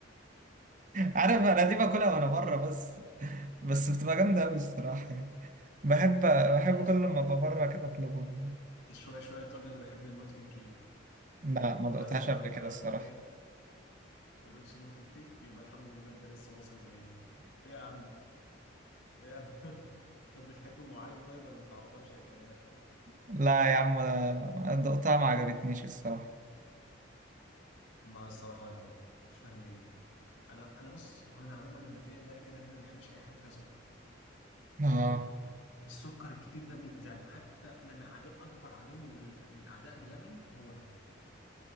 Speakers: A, on the right; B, on the left.
A: عارف
B: يا اسطى
A: انا دي باكلها وانا بره بس بس بتبقى جامده قوي الصراحه يعني بحب بحب
B: يا اسطى
A: كل ما ابقى بره كده اطلبها
B: شويه شويه هتقول لي انا بحب المولتن كيك
A: لا ما دقتهاش
B: بس هو
A: قبل
B: انت
A: كده
B: بقى
A: الصراحه
B: فاضل لك ما دوتش مولتن كيك يبقى الحمد لله انت لسه مصري زينا ايه يا عم ايه يا عم <laughs> طب بتحب ام علي طيب ولا ما تعرفهاش هي كمان
A: لا يا عم أنا دقتها ما عجبتنيش الصراحه
B: ما الصراحه انا برضه مش فاهم ليه انا انا بص هو انا عموما انا فيا ده كده ان انا ما بحبش اي حاجه فيها سكر فاهم
A: اه
B: السكر الكتير ده بيجزعني حتى انا من عدو اكبر عدو من اعداء بلبن هو انا